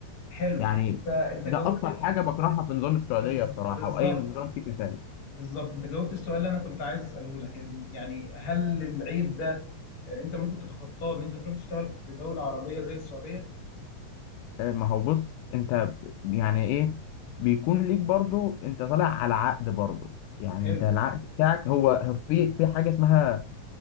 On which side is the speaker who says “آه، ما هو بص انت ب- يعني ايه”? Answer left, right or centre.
Left